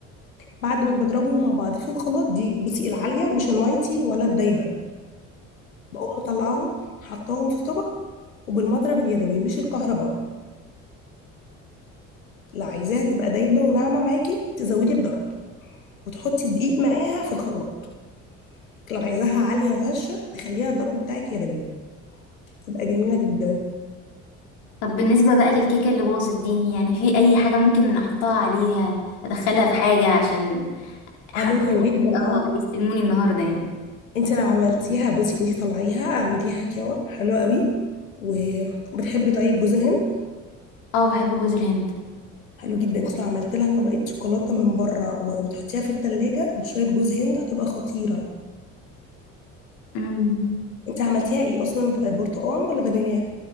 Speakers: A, on the left; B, on the left.
A: بعد ما بضربهم مع بعض في الخلاط دي بصي العاليه مش النايتي ولا الدايبه بقوم مطلعاهم حطاهم في طبق وبالمضرب اليدوي مش الكهرباء لو عايزاها تبقى دايبه وناعمه معاكي تزودي الضرب وتحطي الدقيق معاها في الخلاط لو عايزاها عاليه وهشه تخليها الضرب بتاعك يدوي تبقى جميلة جدا
B: طب بالنسبة بقى للكيكة اللي باظت دي يعني في أي حاجة ممكن أحطها عليها أدخلها في حاجة عشان حرفيا
A: اه ممكن
B: اه
A: جدا اه
B: يستلموني النهاردة يعني
A: انت لو عملتيها بصي انت طلعيها اعمليها كاوة حلوة قوي وبتحبي طيب جوز الهند
B: اه بحب جوز الهند
A: حلو جدا انت لو عملت لها طبقة شوكولاتة من بره و- وتحطيها في التلاجة بشوية جوز هند هتبقى خطيرة
B: امم
A: انت عملتيها ايه اصلا آه، برتقال ولا فانيليا